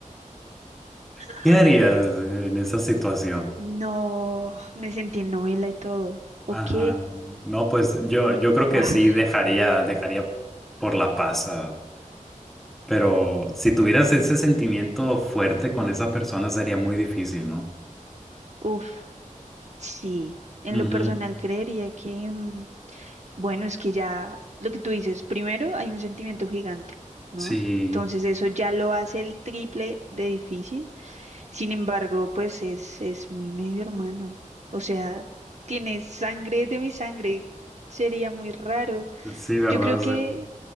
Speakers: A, on the right; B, in the centre.
A: <laughs>
B: ¿Qué harías en esa situación?
A: No, me sentí en novela y todo. Ok,
B: Ajá. No, pues yo, yo creo que
A: guau,
B: sí dejaría, dejaría por la paz, ah, Pero si tuvieras ese sentimiento fuerte con esa persona sería muy difícil, ¿no?
A: uf, sí. En
B: Ujú.
A: lo personal creería que, mm, bueno, es que ya lo que tú dices, primero hay un sentimiento gigante, ¿no?
B: Sí.
A: Entonces eso ya lo hace el triple de difícil. Sin embargo, pues es, es mi medio hermano. O sea, tiene sangre de mi sangre. Sería muy raro.
B: Sí, ¿verdad?
A: Yo creo
B: Sí.
A: que